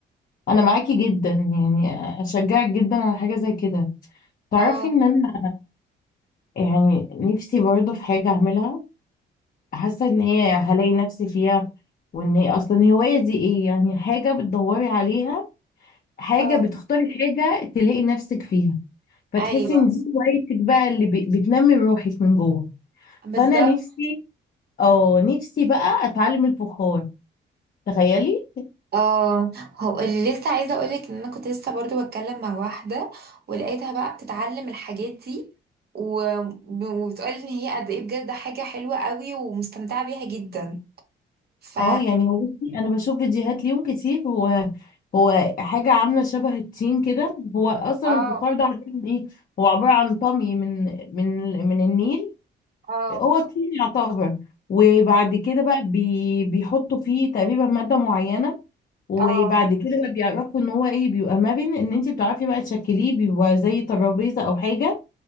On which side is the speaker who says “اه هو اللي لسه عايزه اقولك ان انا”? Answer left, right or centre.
Right